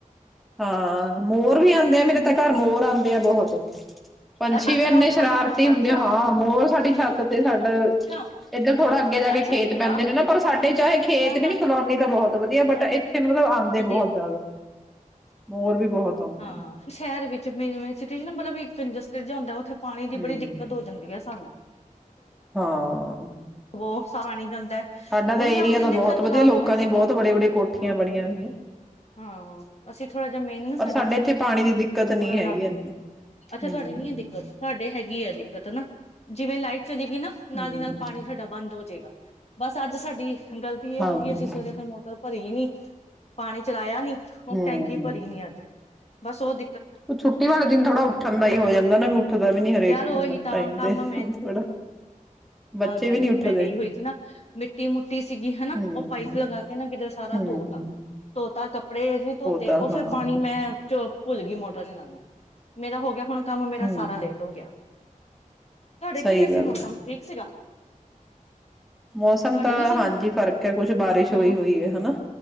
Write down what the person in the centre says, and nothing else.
ਹਾਂ ਮੋਰ ਵੀ ਆਂਦੇ ਆ
ਮੇਰੇ ਤਾਂ ਘਰ ਮੋਰ ਆਂਦੇ ਆ ਬਹੁਤ। <unintelligible> ਪੰਛੀ
ਵੀ ਇੰਨੇ
ਸ਼ਰਾਰਤੀ
ਹੁੰਦੇ
ਹਾਂ ਮੋਰ ਸਾਡੀ ਛੱਤ ਤੇ ਸਾ <unintelligible>
ਇਧਰ ਥੋੜਾ ਅੱਗੇ ਜਾ ਕੇ
ਖੇਤ
ਪੈਂਦੇ
ਨੇ ਪਰ ਸਾਡੇ ਚਾਹੇ ਖੇਤ
ਵੀ ਨੀ ਕਲੋਨੀ ਤਾਂ ਬਹੁਤ ਵਧੀਆ ਬਟ
ਇਥੇ ਮਤਲਬ ਆਉਂਦੇ
ਬਹੁਤ ਮੋਰ ਵੀ ਬਹੁਤ ਆਉਂਦੇ
ਨੇ
ਹਮ
ਹਾਂ।
ਸਾਡਾ ਤਾਂ
ਏਰੀਆ
ਤਾਂ
ਬਹੁਤ
ਵਧੀਆ ਲੋਕਾਂ
ਦੀਆਂ ਬਹੁਤ ਬੜੇ ਬੜੇ ਕੋਠੀਆਂ
ਬਣੀਆਂ ਹੋਈਆਂ
ਪਰ
ਸਾਡੇ
ਇੱਥੇ ਪਾਣੀ ਦੀ ਦਿੱਕਤ ਨਹੀਂ ਹੈਗੀ
ਇੰਨੀ
ਹਮ
ਹਮ
ਹਾਂਜੀ
ਹਮ
ਉਹ ਛੁੱਟੀ ਵਾਲੇ ਦਿਨ ਥੋੜਾ ਉੱਠਣ ਦਾ ਹੀ ਹੋ ਜਾਂਦਾ ਨਾ ਵੀ ਉੱਠਦਾ ਵੀ ਨੀ ਹਰੇਕ
ਹੁੰਦਾ
ਟਾਈਮ
ਤੇ ਥੋੜਾ ਬੱਚੇ।
ਵੀ ਨੀ ਉੱਠਦੇ
ਹੂੰ
ਹੂੰ
ਤਾਂ
ਹਾਂ
ਹੂੰ
ਸਹੀ
ਗੱਲ
ਹੈ
ਮੌਸਮ
ਤਾਂ
ਹਾਂਜੀ ਫ਼ਰਕ ਹੈ ਕੁਛ ਬਾਰਿਸ਼
ਹੋਈ ਹੋਈ ਹੈ। ਹਨਾ,